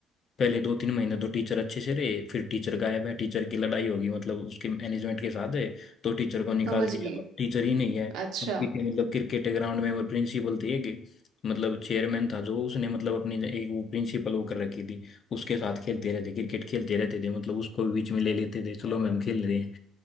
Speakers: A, on the left; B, on the right.
A: पहले दो तीन महीने तो टीचर अच्छे से रहे फिर टीचर गायब है टीचर की लड़ाई होगी मतलब उसके मैनेजमेंट के साथ है तो टीचर को निकाल
B: समझ
A: दिया
B: गई
A: अब टीचर ही नहीं है
B: अच्छा
A: अब पीछे मतलब क्रिकेट के ग्राउंड में वो प्रिंसिपल थे एक मतलब चेयरमैन था जो उसने मतलब अपनी एक वो प्रिंसिपल वो कर रखी थी उसके साथ खेलते रहते क्रिकेट खेलते रहते थे मतलब उसको भी बीच में ले लेते थे चलो मैम खेल रहे हैं